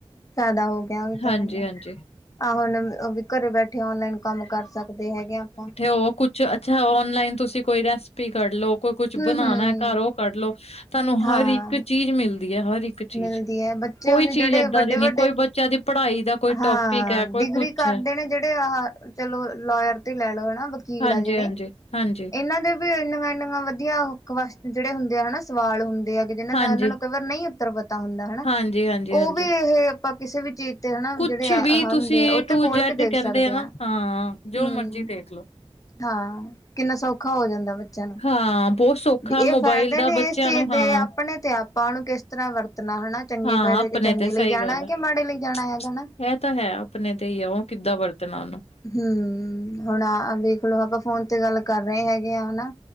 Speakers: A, on the left; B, on the left.
A: ਜ਼ਿਆਦਾ ਹੋ ਗਿਆ, ਉਹ ਵੀ ਤਾਂ
B: ਹਾਂਜੀ-ਹਾਂਜੀ
A: ਗੱਲ ਹੈ, ਆਹੋ ਹੁਣ ਉਹ ਵੀ ਘਰੇ ਬੈਠੇ ਔਨਲਾਈਨ ਕੰਮ ਕਰ ਸਕਦੇ, ਹੈਗੇ ਆ ਆਪਾਂ
B: ਉਹ ਕੁਛ ਅੱਛਾ ਔਨਲਾਈਨ, ਤੁਸੀਂ ਕੋਈ ਰੈਸਪੀ ਕਰਲੋ, ਕੋਈ ਕੁਛ
A: ਹਮ
B: ਬਣਾਉਣਾ
A: ਹਮ
B: ਘਰ ਉਹ ਕਰ ਲਓ ਸਹਾਨੂੰ ਹਰ
A: ਹਾਂ
B: ਇੱਕ ਚੀਜ਼ ਮਿਲਦੀ ਹੈ, ਹਰ ਇੱਕ ਚੀਜ਼
A: ਮਿਲਦੀ ਹੈ ਬੱਚੇ
B: ਕੋਈ
A: ਹੁਣ
B: ਚੀਜ਼
A: ਜਿਹੜੇ
B: ਏਦਾਂ
A: ਵੱਡੇ
B: ਦੀ ਨਹੀਂ
A: ਵੱਡੇ
B: ਕੋਈ ਬ ਬੱਚਿਆਂ ਦੀ ਪੜ੍ਹਾਈ ਦਾ ਕੋਈ
A: ਹਾਂ
B: ਟੋਪਿਕ ਹੈ ਕੋਈ
A: ਡਿਗਰੀ
B: ਕੁਛ
A: ਕਰਦੇ
B: ਹੈ
A: ਨੇ, ਜਿਹੜੇ ਆਹ ਚਲੋ ਲੋਅਰ ਤੇ ਲੈ ਲਓ ਹਨਾ। ਵਕੀਲ
B: ਹਾਂਜੀ-ਹਾਂਜੀ,
A: ਐ ਜਿਹੜੇ
B: ਹਾਂਜੀ,
A: ਇਹਨਾਂ ਦੇ ਵੀ ਇੰਨੀਆਂ ਇੰਨ ਵਧੀਆ ਜਿਹੜੇ ਹੁੰਦੇ ਆ ਹਨਾ, ਸਵਾਲ ਹੁੰਦੇ ਆ ਕਿ ਜਿਹਨਾਂ
B: ਹਾਂਜੀ,
A: ਦਾ ਉਹਨਾਂ ਨੂੰ ਕਈ ਵਾਰ ਨਹੀਂ ਉੱਤਰ ਪਤਾ ਹੁੰਦਾ ਹਨਾ,
B: ਹਾਂਜੀ, ਹਾਂਜੀ,
A: ਉਹ
B: ਹਾਂਜੀ।
A: ਵੀ ਇਹ ਆਪਾਂ ਕਿਸੇ ਵੀ ਚੀਜ਼ ਤੇ ਹਨਾ,
B: ਕੁਛ
A: ਜਿਹੜੇ ਆ
B: ਵੀ
A: ਹੁੰਦੇ
B: ਤੁਸੀਂ ਏ
A: ਉਹ
B: ਟੂ
A: ਤੇ ਖੋਲ
B: ਜੈਡ
A: ਕੇ ਦੇਖ
B: ਕਹਿੰਦੇ
A: ਸਕਦੇ
B: ਨਾ
A: ਆ
B: ਹਾਂ ਜੋ
A: ਹੂੰ।
B: ਮਰਜ਼ੀ ਦੇਖ ਲੋ।
A: ਹਾਂ ਕਿੰਨਾ ਸੌਖਾ ਹੋ ਜਾਂਦਾ, ਬੱਚਿਆਂ ਨੂੰ
B: ਹਾਂ ਬਹੁਤ ਸੌਖਾ
A: ਇਹ
B: ਮੋਬਾਇਲ
A: ਫਾਇਦੇ
B: ਦਾ
A: ਨੇ
B: ਬੱਚਿਆਂ
A: ਇਸ ਚੀਜ਼
B: ਨੂੰ
A: ਦੇ
B: ਹਾਂ
A: ਆਪਣੇ ਤੇ ਆਪਾਂ ਨੂੰ ਕਿਸ ਤਰ੍ਹਾਂ ਵਰਤਣਾ ਹਨਾ, ਚੰਗੇ
B: ਹਾਂ
A: ਫਾਇਦੇ
B: ਆਪਣੇ
A: ਤੇ ਚੰਗੇ
B: ਸਹੀ
A: ਲਈ ਜਾਣਾ,
B: ਗੱਲ ਹੈ।
A: ਕਿ ਮਾੜੇ ਲਈ ਜਾਣਾ
B: <inaudible>
A: ਹੈਗਾ ਨਾ
B: ਇਹ ਤਾਂ ਹੈ ਆਪਣੇ ਤੇ ਹੀ ਹੈ ਉਹ ਕਿੱਦਾਂ ਵਰਤਣਾ ਉਹਨੂੰ
A: ਹੂੰ ਹੁਣ ਵੇਖ ਲੋ ਆਪਾਂ ਫੋਨ ਤੇ ਗੱਲ ਕਰ ਰਹੇ ਹੈਗੇ ਆ ਹਨਾ।